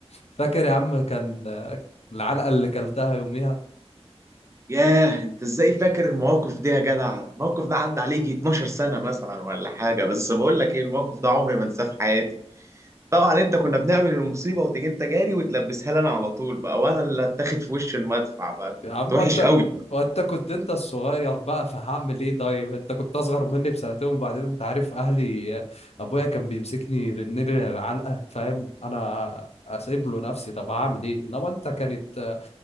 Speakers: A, on the left; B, on the right.
A: فاكر يا عم كان العلقة اللي كلتها يوميها
B: ياه انت ازاي فاكر المواقف دي يا جدع الموقف ده عدى عليه يجي 12 سنة مثلا ولا حاجة بس بقول لك ايه الموقف ده عمري ما انساه في حياتي طبعا انت كنا بنعمل المصيبة وتيجي انت جاري وتلبسها لي انا على طول بقى وانا اللي اتاخد في وش المدفع بقى انت
A: يا
B: كنت
A: عم
B: وحش
A: انت
B: قوي
A: وانت كنت انت الصغير بقى فهعمل ايه طيب انت كنت اصغر مني بسنتين وبعدين انت عارف اهلي ابويا كان بيمسكني يرنني العلقه فاهم انا اسيب له نفسي طب هعمل ايه انما انت كانت